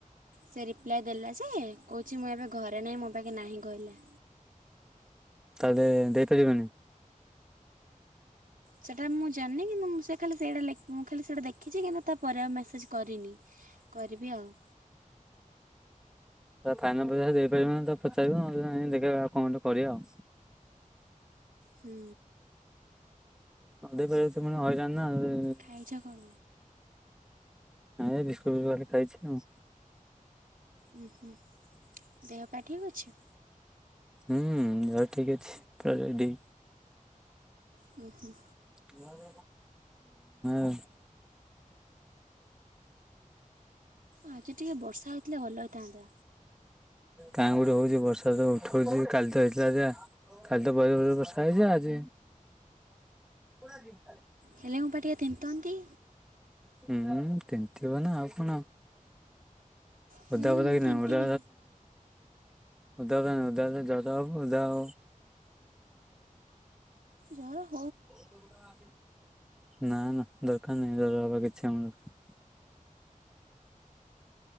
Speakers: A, on the right (about 85°); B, in the centre.
A: ସେ ରିପ୍ଲାଏ ଦେଲା ଯେ କହୁଛି ମୁଁ ଏବେ ଘରେ ନାହିଁ ମୋ ପାଖେ ନାହିଁ କହିଲା।
B: ତାହେଲେ ଦେଇପାରିବନି।
A: ସେଇଟା ମୁଁ ଜାଣିନି କିନ୍ତୁ ମୁ ସେ ଖା ମୁଁ ଖାଲି ସେଟା ଦେଖିଛି କିନ୍ତୁ ତାପରେ ଆଉ ମେସେଜ କରିନି କରିବି ଆଉ।
B: ତା ଫାଇନାଲ ପଇସା ଦେଇପାରିବ ପଚାରିବୁ ଦେଖ ଆଉ କଣୁ କର ଆଉ।
A: ହୁଁ।
B: ହଁ ଦେଖାଯାଉ ସେ ମ ହଇରାଣ ନା
A: ଖାଇଛ କଣ
B: ହଁ ବିସ୍କୁଟ ବିସ୍ଟ ଖାଲି ଖାଇଛି ଆଁ।
A: ଉଁ ହୁଁ ଦେହ ପାା ଠିକ୍ ଅଛି?
B: ହୁଁ ଦେହ ଠିକ ଅଛି ପୁରା ରେଡି।
A: ହୁଁ ହୁଁ।
B: ହୁଁ ଆ <unintelligible> ଠିକ ଆଉେ <unintelligible>
A: ଆଜି ଟିକେ ବର୍ଷା ହେଇଥିଲେ ଭଲ ହେଇଥାନ୍ତା
B: କାଁ ଗୋଟେ ହଉଛି ବର୍ଷା ତ ଉଠଉଛି କାଲି ତ ହେଇଥିଲା କାଲି ତ ବ ବର୍ଷା ହେଇଯ ଆଜି। ପୁରା ଦିନ।
A: ହେଲେ ମୁ ପାଟିଆ ତିନ୍ନ୍ତନ୍ତି।
B: ହୁଁ ସେମିତି ହବ ନା ଆଉ କଣ।
A: ହୁଁ
B: ଉଦା ହଦ କି ନା
A: ତିନ୍ତିବି
B: ଓଦା। ଉଦା କ ଉଧା ଯଦ ହବ ଉଦା ହ।
A: ଜହାର।
B: ହ ଆ। ନା ନା ଦରକାର ନାହିଁର ହବା କିଛି ଆମର।